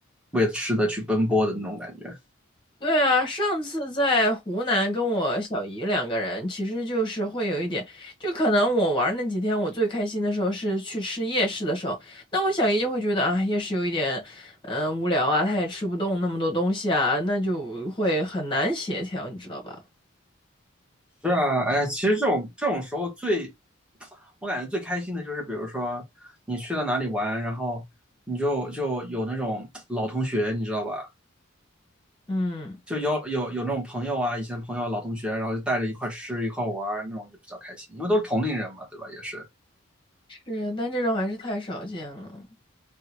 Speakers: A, in the centre; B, on the left.
A: 为了吃的去奔波的那种感觉。
B: 对啊，上次在湖南跟我小姨两个人，其实就是会有一点，就可能我玩儿那几天，我最开心的时候是去吃夜市的时候，那我小姨就会觉得啊，夜市有一点，嗯、无聊啊，她也吃不动那么多东西啊，那就会很难协调，你知道吧？
A: 是啊，哎，其实这种这种时候最，我感觉最开心的就是，比如说你去到哪里玩，然后你就就有那种老同学，你知道吧？
B: 嗯，
A: 就有有有那种朋友啊，以前朋友、老同学，然后就带着一块吃一块玩那种就比较开心，因为都是同龄人嘛，对吧？也是，
B: 是，但这种还是太少见了。